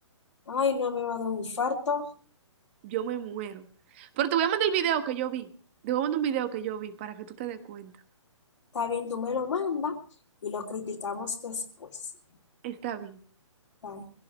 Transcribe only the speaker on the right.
Yo me muero. Pero te voy a mandar el video que yo vi. Te voy a mandar un video que yo vi para que tú te des cuenta.
Está bien.